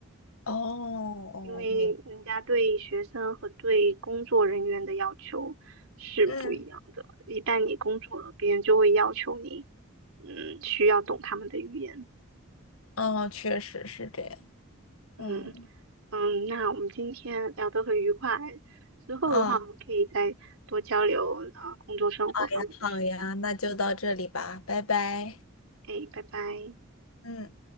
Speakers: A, on the left; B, on the right.
A: 哦哦，
B: 因为人家对学生和对工作人员的要求是不一样的。
A: 明，嗯，
B: 一旦你工作了，别人就会要求你，嗯，需要懂他们的语言。
A: 哦，确实是这样。
B: 嗯
A: 嗯，
B: 嗯，那我们今天聊得很愉快，之后的话我们可以再多交流啊，
A: 哦，好
B: 工作生活方面的事情。
A: 呀，好呀那就到这里吧，拜拜。
B: 哎，拜拜。
A: 嗯。